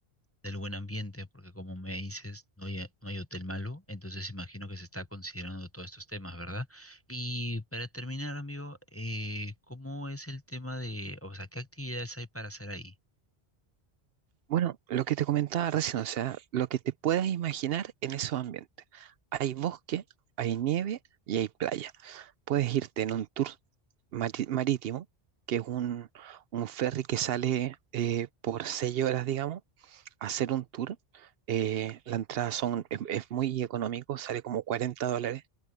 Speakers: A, on the left; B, on the right.
A: del buen ambiente, porque como me dices, no hay, no hay hotel malo, entonces imagino que se está considerando todos estos temas, ¿verdad? Y para terminar, amigo, eh, ¿cómo es el tema de, o sea, qué actividades hay para hacer ahí?
B: Bueno, lo que te comentaba recién, o sea, lo que te puedas imaginar en esos ambientes. Hay bosque, hay nieve y hay playa. puedes irte en un tour mari- marítimo, que es un, un ferry que sale eh, por seis horas, digamos, a hacer un tour. Eh, la entrada son, es, es muy económico, sale como 40 dólares,